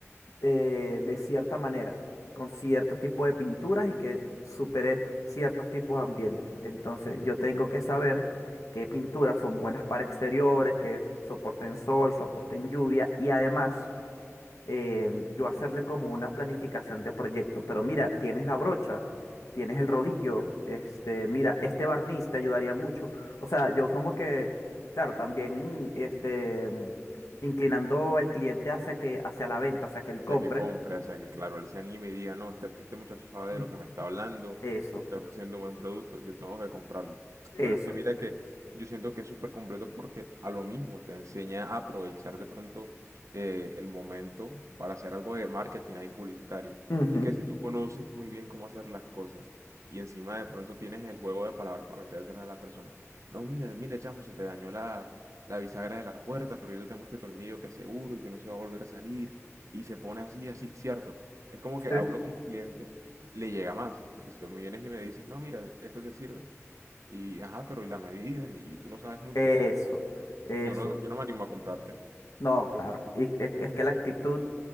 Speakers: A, on the left; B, on the right.
A: eh, de cierta manera, con cierto tipo de pinturas y que supere ciertos tipos de ambientes. Entonces yo tengo que saber qué pinturas son buenas para exteriores, que soporten sol, soporten lluvia y además eh, yo hacerle como una planificación de proyecto. Pero mira, tienes la brocha, tienes el rodillo, este, mira, este barniz te ayudaría mucho. O sea, yo como que, claro, también, este, em, inclinando el cliente hacia que, hacia la venta, o sea, que él
B: hacia
A: compre.
B: que compre, hacia que, claro, él se anime y diga, no, este, este muchacho sabe
A: Mm.
B: de lo que me está hablando,
A: Eso,
B: me está ofreciendo un buen producto, yo tengo que comprarle.
A: eso.
B: Pero es que mira que yo siento que es súper completo porque a lo mismo te enseña a aprovechar de pronto eh, el momento para hacer algo de marketing ahí publicitario.
A: ujú,
B: Y es que si tú conoces muy bien cómo hacer las cosas y encima de pronto tienes el juego de palabras para metértela a la persona, no, mira, mira, chamo, se te dañó la, la bisagra de la puerta, pero yo te tengo este tornillo que es seguro y que no se va a volver a salir y se pone así, así, cierto. Es como que
A: Sí.
B: a uno como cliente le llega más, porque si tú me vienes y me dices, no, mira, esto te sirve, y ajá, pero y la medida, y tú no sabes mucho,
A: Eso, eso.
B: yo no, yo no me animo a comprarte.
A: No, claro. Y es, es que la actitud,